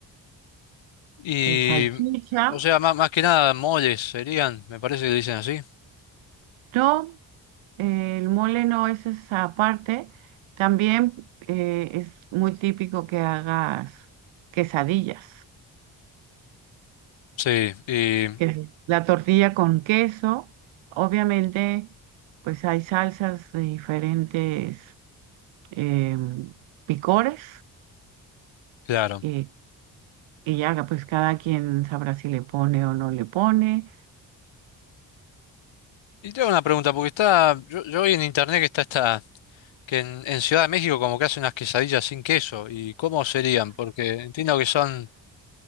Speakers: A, on the left (about 70°); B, on the right (about 80°).
A: Y,
B: eh, salchicha.
A: o sea, más, más que nada moles serían, me parece que le dicen así.
B: No, eh, el mole no es esa parte. También eh, es muy típico que hagas quesadillas.
A: Sí, y
B: el- la tortilla con queso. Obviamente, pues hay salsas de diferentes em, picores
A: Claro.
B: y, y ya pues cada quien sabrá si le pone o no le pone.
A: Y tengo una pregunta, porque está, yo, yo vi en internet que está esta, que en, en Ciudad de México como que hacen unas quesadillas sin queso. ¿Y cómo serían? Porque entiendo que son